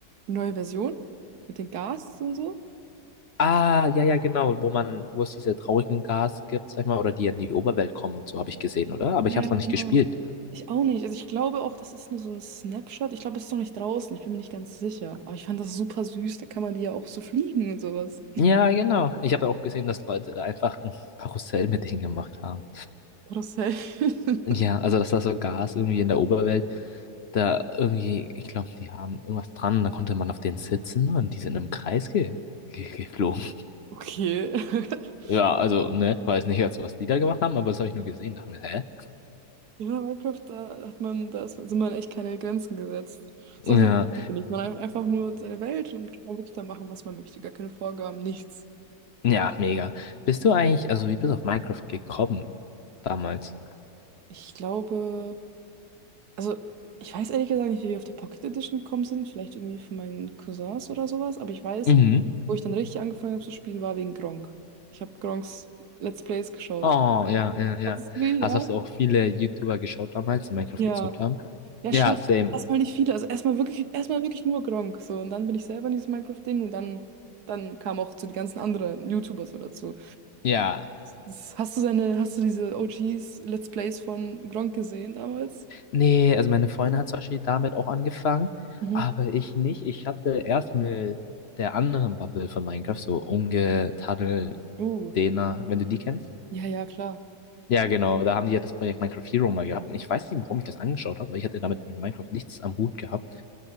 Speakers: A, on the right; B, on the left.
A: die neue Version? Mit den Gas und so?
B: ah, ja, ja, genau, wo man, wo es diese traurigen Gas gibt, sag ich mal, oder die in die Oberwelt kommen und so, habe ich gesehen, oder? Aber
A: Ja,
B: ich habe es noch nicht
A: genau.
B: gespielt.
A: Ich auch nicht. Also ich glaube auch, das ist nur so ein Snapshot. Ich glaube, es ist noch nicht draußen. Ich bin mir nicht ganz sicher. Aber ich fand das super süß. Da kann man die ja auch so fliegen und sowas.
B: Ja, genau. Ich habe auch gesehen, dass Leute da einfach ein Karussell mit denen gemacht haben.
A: Oder safe.
B: Ja,
A: <laughs>
B: also dass da so Gas irgendwie in der Oberwelt da irgendwie, ich glaube, die haben irgendwas dran und dann konnte man auf denen sitzen und die sind im Kreis ge ge geflogen.
A: Okay. <laughs>
B: Ja, also, ne, weiß nicht jetzt, was die da gemacht haben, aber das habe ich nur gesehen, dachte mir, hä?
A: Ja, Minecraft, da hat man, da ist, sind man echt keine Grenzen gesetzt. Ist
B: Ja,
A: auch so, finde ich. Man hat einfach nur seine Welt und kann wirklich da machen, was man möchte. Gar keine Vorgaben, nichts.
B: ja, mega. Bist du eigentlich, also wie bist du auf Minecraft gekommen damals?
A: Ich glaube. Also, ich weiß ehrlich gesagt nicht, wie wir auf die Pocket Edition gekommen sind. Vielleicht irgendwie von meinen Cousins oder sowas. Aber ich weiß,
B: Mhm.
A: wo ich dann richtig angefangen habe zu spielen, war wegen Gronk. Ich habe Gronks Let's Plays geschaut.
B: Oh, ja, ja, ja.
A: Hast du, ja?
B: Also hast du auch viele YouTuber geschaut damals, die Minecraft
A: Ja.
B: gezockt haben?
A: Ja,
B: Ja,
A: schon
B: same.
A: erstmal nicht viele. Also erstmal wirklich, erstmal wirklich nur Gronk. So, und dann bin ich selber in dieses Minecraft-Ding und dann, dann kamen auch zu die ganzen anderen YouTuber so dazu.
B: Ja.
A: Das, hast du seine, hast du diese OGs Let's Plays von Gronk gesehen damals?
B: Nee, also meine Freundin hat zum Beispiel damit auch angefangen,
A: Mhm.
B: aber ich nicht. Ich hatte erst mit der anderen Bubble von Minecraft, so Unge, Taddel,
A: Uh.
B: Dena, wenn du die kennst.
A: Ja, ja, klar.
B: Ja, genau, da haben die ja das Projekt Minecraft Hero mal gehabt. Und ich weiß nicht, warum ich das angeschaut habe, weil ich hatte damit mit Minecraft nichts am Hut gehabt.